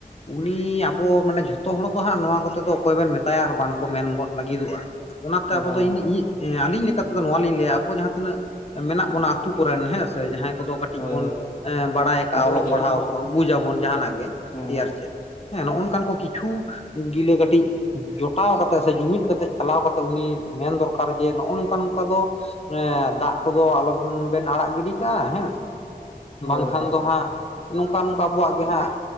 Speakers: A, on the left (about 40°); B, on the left (about 60°).
A: ᱩᱱᱤ ᱟᱵᱚ ᱢᱟᱱᱮ ᱡᱷᱚᱛᱚ ᱦᱚᱲ ᱫᱚ ᱦᱟᱸᱜ ᱱᱚᱣᱟ ᱠᱚᱛᱮ ᱫᱚ ᱚᱠᱚᱭ ᱵᱮᱱ ᱢᱮᱛᱟᱭᱟ ᱟᱨ ᱵᱟᱝᱠᱚ ᱢᱮᱱ ᱜᱚᱫ ᱞᱟᱹᱜᱤᱫᱚᱜᱼᱟ ᱾ ᱚᱱᱟᱛᱮ
B: ᱵᱟᱝ
A: ᱟᱵᱚ ᱫᱚ ᱤᱧ
B: ᱵᱟᱝ
A: ᱤᱫ ᱟᱹᱞᱤᱧ ᱞᱮᱠᱟᱛᱮᱫᱚ ᱱᱚᱣᱟ ᱞᱤᱧ ᱞᱟᱹᱭ-ᱟ ᱟᱵᱚ ᱡᱟᱦᱟᱸ ᱛᱤᱱᱟᱹᱜ ᱢᱮᱱᱟᱜ ᱵᱚᱱᱟ ᱟᱛᱩ ᱠᱚᱨᱮᱱ ᱦᱮᱸ ᱥᱮ ᱡᱟᱦᱟᱸᱭ ᱠᱚᱫᱚ, ᱴᱤᱡ
B: ᱦᱳᱭ
A: ᱵᱚᱱ
B: ᱦᱳᱭ
A: ᱮ ᱵᱟᱲᱟᱭ ᱠᱟᱜᱼᱟ
B: ᱵᱩᱡᱟ
A: ᱚᱞᱚᱜ ᱯᱟᱲᱦᱟᱣ ᱠᱚᱦᱚ ᱵᱩᱡᱽ ᱟᱵᱚᱱ ᱡᱟᱦᱟᱱᱟᱜ ᱜᱮ
B: ᱦᱮᱸ
A: ᱮᱭᱟᱨ ᱪᱮᱫ, ᱦᱮᱸ ᱱᱚᱜᱼᱚ ᱱᱚᱝᱠᱟᱱ ᱠᱚ ᱠᱤᱪᱷᱩ, ᱰᱤᱞᱟᱹ ᱠᱟᱹᱴᱤᱡ ᱡᱚᱴᱟᱣ ᱠᱟᱛᱮ ᱥᱮ ᱡᱩᱢᱤᱫ ᱠᱟᱛᱮᱜ ᱪᱟᱞᱟᱣ ᱠᱟᱛᱮ ᱩᱱᱤ ᱢᱮᱱ ᱫᱚᱨ ᱠᱟᱨ ᱡᱮ ᱱᱚᱜᱼᱚ ᱱᱚᱝᱠᱟ ᱱᱚᱝᱠᱟ ᱫᱚ ᱮ ᱫᱟᱜ ᱠᱚᱫᱚ ᱟᱞᱚᱵᱮᱱ ᱟᱲᱟᱜ ᱜᱤᱰᱤ ᱠᱟᱜᱼᱟ ᱦᱮᱸᱥᱮ᱾ ᱵᱟᱝᱠᱷᱟᱱ
B: ᱦᱳᱭ ᱦᱳᱭ
A: ᱫᱚ ᱦᱟᱸᱜ ᱱᱚᱝᱠᱟᱼᱱᱚᱝᱠᱟ ᱟᱵᱚᱣᱟᱜ ᱜᱮ ᱦᱟᱸᱜ